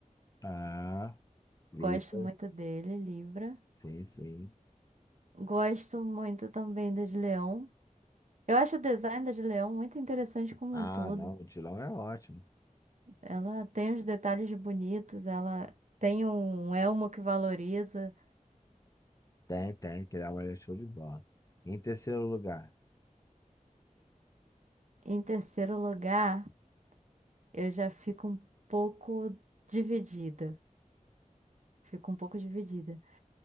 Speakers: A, on the left (about 25°); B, on the right (about 60°).
A: Ah, Libra.
B: Gosto muito dele, Libra.
A: Sim, sim.
B: Gosto muito também da de Leão. Eu acho o design da de Leão muito interessante como
A: Ah,
B: um todo.
A: não, o Tilão é ótimo.
B: Ela tem os detalhes bonitos, ela tem um elmo que valoriza.
A: Tem, tem, criar uma é show de bola. Em terceiro lugar,
B: Em terceiro lugar, eu já fico um pouco dividida. Fico um pouco dividida.